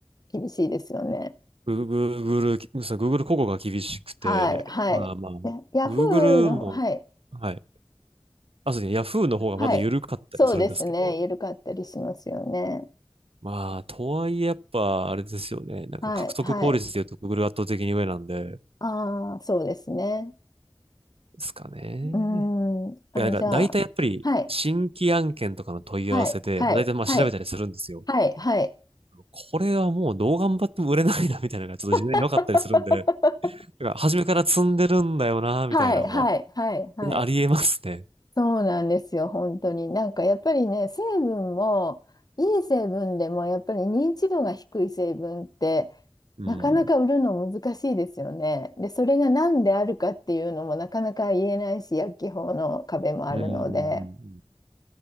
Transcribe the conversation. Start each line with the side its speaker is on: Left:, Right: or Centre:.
Left: 厳しいですよね。
Right: Google、Google そう Google 広告が厳しくて、
Left: はい、はい。
Right: まあまあ、
Left: ね、Yahoo
Right: Google
Left: の、
Right: も、
Left: はい。
Right: はい。あ、そうですね、Yahoo の方がまだ緩かったりするんですけど、
Left: はい。そうですね。緩かったりしますよね。
Right: まあ、とはいえやっぱ、あれですよね。なんか獲得効率で言うと
Left: はい。はい。
Right: Google 圧倒的に上なんで、で
Left: ああ、そうですね。
Right: すかね。
Left: うーん。あ、
Right: いやなんか大体やっぱり新規案件とかの問い合わせで、
Left: じゃあ、はい。はい。はい。
Right: 大体まあ調べたりするんですよ。
Left: はい。はい。はい。
Right: これはもうどう頑張っても売れないな、みたいなのがちょっと事前に分かったりするんで、
Left: <laughs>
Right: なんか初めから積んでるんだよな、
Left: はい。
Right: みたいなのは、
Left: はい。はい。はい。はい。
Right: ありえますね。
Left: そうなんですよ、本当に。なんかやっぱりね、成分も、いい成分でもやっぱり認知度が低い成分って、
Right: うん。
Left: なかなか売るの難しいですよね。で、それが何であるかっていうのもなかなか言えないし、薬機法の壁もあるので。
Right: うん。